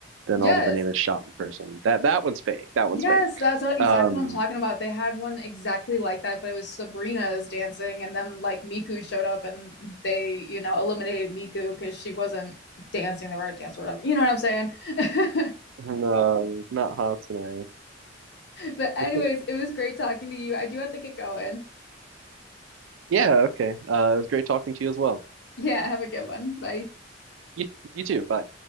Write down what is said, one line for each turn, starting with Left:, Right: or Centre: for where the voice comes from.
Right: then
Left: Yes.
Right: all the bananas shot in person. That that one's fake. That one's
Left: Yes,
Right: fake.
Left: that's what, exactly
Right: Um,
Left: what I'm talking about. They had one exactly like that, but it was Sabrina's dancing, and then like Miku showed up and they, you know, eliminated Miku because she wasn't dancing the right dance or whatever. You know what I'm saying? <laughs>
Right: no, not Hatsune.
Left: But anyways,
Right: <laughs>
Left: it was great talking to you. I do have to get going.
Right: Yeah, okay. Uh, it was great talking to you as well.
Left: Yeah, have a good one. Bye.
Right: You you too. Bye.